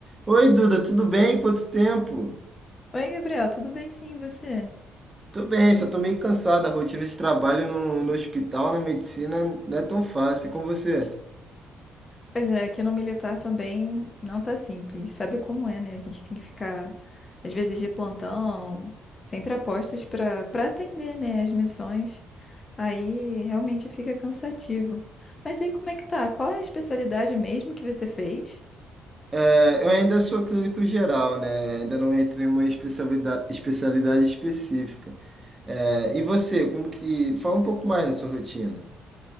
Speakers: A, on the right (about 25°); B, on the left (about 30°).
A: Oi, Duda, tudo bem? Quanto tempo?
B: Oi, Gabriel, tudo bem sim, e você?
A: Tô bem, só tô meio cansado. A rotina de trabalho no, no hospital, na medicina, não é tão fácil. E com você?
B: Pois é, aqui no militar também não tá simples. Sabe como é, né? A gente tem que ficar, às vezes, de plantão, sempre a postos pra para atender, né, as missões. Aí realmente fica cansativo. Mas aí como é que tá? Qual é a especialidade mesmo que você fez?
A: É, eu ainda sou clínico geral, né? Ainda não entrei em uma especialidade, especialidade específica. É, e você, como que... Fala um pouco mais da sua rotina.